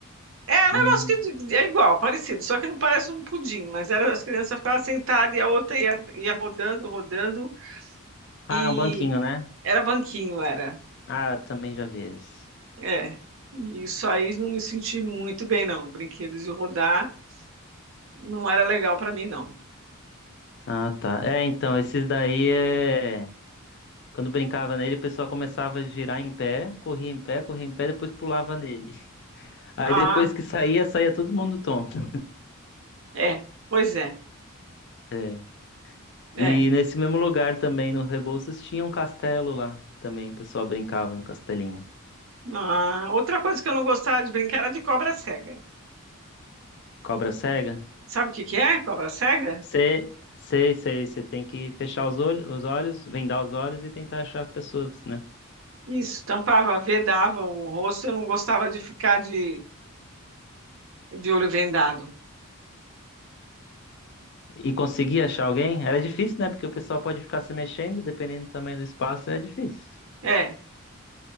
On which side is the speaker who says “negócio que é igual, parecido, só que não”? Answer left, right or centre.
Right